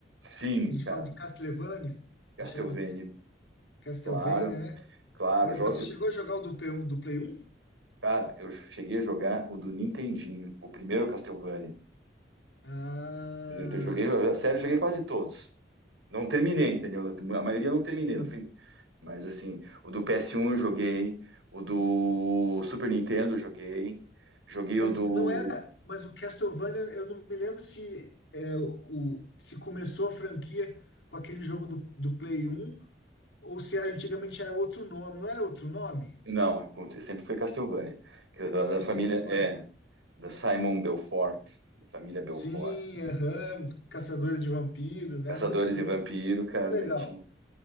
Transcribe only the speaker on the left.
que a gente
fala de Castlevania,
ele chama Castlevania,
né?
Mas
você chegou a jogar o do Play 1? Do Play 1?
Ah,
sim.
Mas
não era. Mas o Castlevania, eu não me lembro se, é, o, se começou a franquia com aquele jogo do, do Play 1 ou se era, antigamente era outro nome. Não era outro nome?
Sempre
foi,
sempre foi.
Sim, aham, Caçadores de Vampiros, né?
Muito louco,
muito legal.